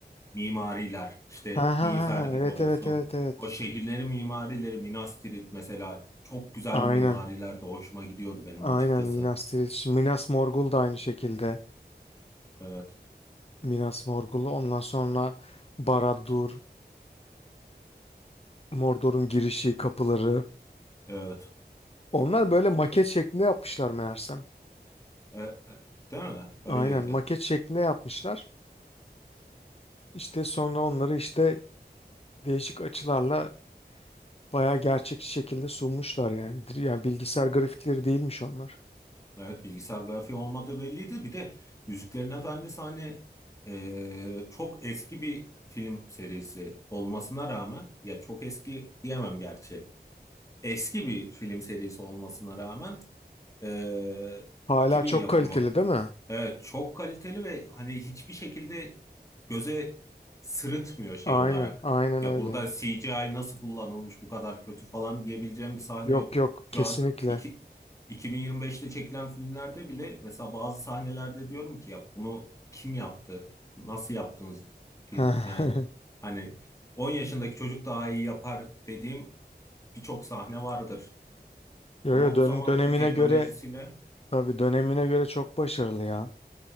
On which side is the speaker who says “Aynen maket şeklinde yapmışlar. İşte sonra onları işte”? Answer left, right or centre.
Left